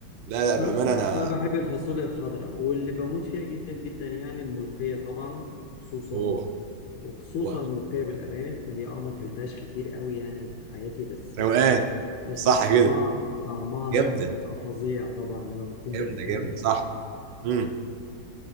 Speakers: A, on the right; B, on the left.
A: لا لا بامانه
B: أنا
A: انا
B: بقى بحب الفاصوليا الخضراء واللي بموت فيها جدا جدا يعني الملوخية طبعا خصوصا
A: اوه
B: وخصوصا
A: أوه.
B: الملوخية بالأرانب هي اه ما اكلتهاش كتير قوي يعني في حياتي بس
A: روقان
B: بس
A: صح
B: طعمها
A: كده
B: طعمها
A: جامده
B: يعني بيبقى فظيع طبعا لما بتكون
A: جامده
B: بالأرانب
A: جامده صح امم